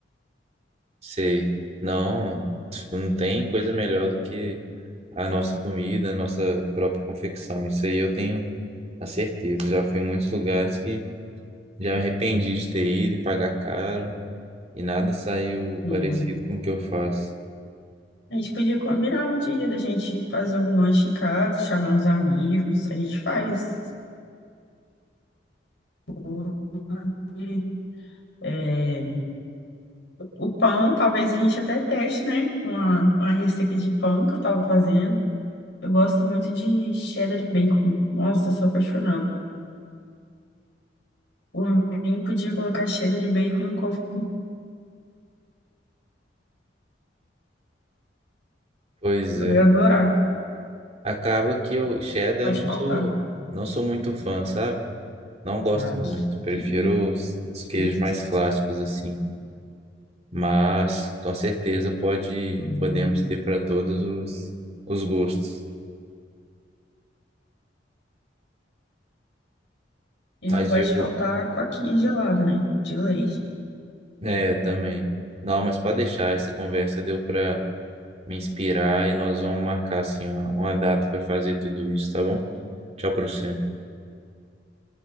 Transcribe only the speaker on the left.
Hum.
A gente podia combinar um dia da gente fazer um lanche em casa, chamar uns amigos, a gente faz. um hambúrguer. É, o pão, talvez a gente até teste, né? Uma, uma receita de pão que eu tava fazendo. Eu gosto muito de cheddar e bacon. Nossa, eu sou apaixonada. Por mim, podia colocar cheddar e bacon em qualquer.
Eu
ia adorar.
Pode
faltar.
Ah,
que que
isso.
Hum.
E não
pode
faltar coquinha gelada, né? De leite.